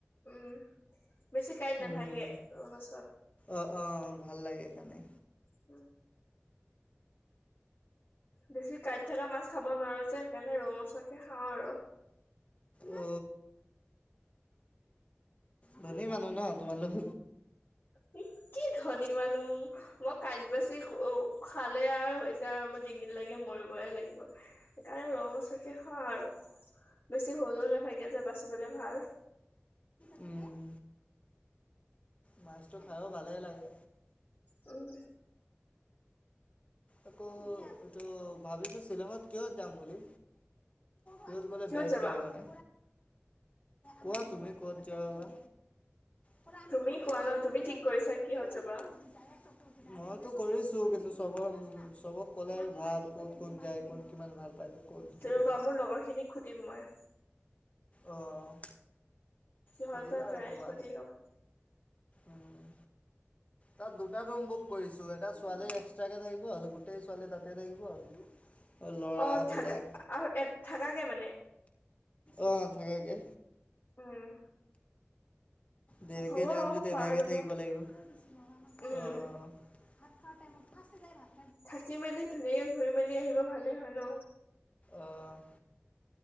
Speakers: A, on the left (about 50°); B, on the left (about 30°).
A: উম, বেছি কাইট নাথাকে
B: উম
A: ৰৌ মাছত।
B: অঁ, অঁ ভাল লাগে সেইকাৰণে।
A: উম। বেছি কাঁইট থকা মাছ খাব নোৱাৰোঁ যে সেইকাৰণে ৰৌ মাছকে খাওঁ আৰু।
B: অ, ধনী মানুহ ন তোমালোক।
A: কি কি ধনী মানু্হ, মই কাঁইট বাচি <unintelligible> খালে আৰু হৈছে আৰু মই ডিঙিত লাগি মৰিবই লাগিব সেইকাৰণে ৰৌ মাছকে খাওঁ আৰু। বেছি সৰু নাথাকে যে বাচিবলৈ ভাল।
B: উম উম'। মাছটো খাব ভালে লাগে।
A: উম।
B: আকৌ এইটো ভাবিছো শ্বিলঙত কিয় যাম বুলি? ক'ত গ'লে
A: কিহত
B: বেষ্ট
A: যাবা
B: হ'ব? মানে কোৱা তুমি ক'ত যাবা বা? পৰা আমি
A: তুমি
B: বহুত
A: কোৱা
B: কাচান
A: ন তুমি
B: খোৰোৱা
A: ঠিক
B: যাম
A: কৰিছা কিহত
B: মানে
A: যাবা
B: এতিয়া তোৰ <unintelligible> মইতো কৰিছো, কিন্তু চবৰ- চবক ক'লে আৰু ভাল, ক'ত কোন যায়, কোন কিমান ভাল পায়। ক'ত গৈ
A: ৰবা, মোৰ লগৰ খিনিক সুধিম মই।
B: অঁ'।
A: কিহত
B: সুধিবা
A: বা
B: আৰু
A: যায়
B: কবা,
A: সুধি ল'ম
B: উম। তাত দুটা ৰুম বোক কৰিছো। এটা ছোৱালীৰ এক্সট্ৰাকে থাকিব গোটেই ছোৱালী তাতে থাকিব। <inaudible> ল'ৰাবিলাক
A: অঁ থাকা, আৰু এ থাকাকে মানে?
B: অঁ থাকাকে।
A: উম
B: দেৰিকে
A: হ'ব
B: যাম যদি
A: পাৰা
B: এনেকে
A: যাব
B: থাকিব লাগিব। অঁ,
A: উম
B: ভাত খোৱা টাইমত ফাষ্টে যায় ভাত।
A: থাকি মেলি ধুনীয়াকে ঘূৰি মেলি আহিব ভালেই হয় ন?
B: অঁ'।